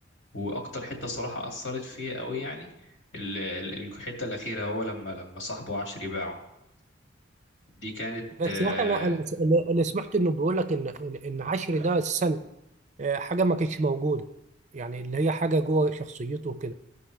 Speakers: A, on the left; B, on the right.
A: واكتر حته صراحه اثرت فيا قوي يعني ال- ال- الحته الاخيره هو لما لما صاحبه عشري باعه دي كانت
B: بس
A: آه،
B: يا أخي أنا أنا أنا سمعت إنه بيقول لك إن إن إن عشر ده السنة آه، حاجة ما كانتش موجودة يعني اللي هي حاجة جوه شخصيته وكده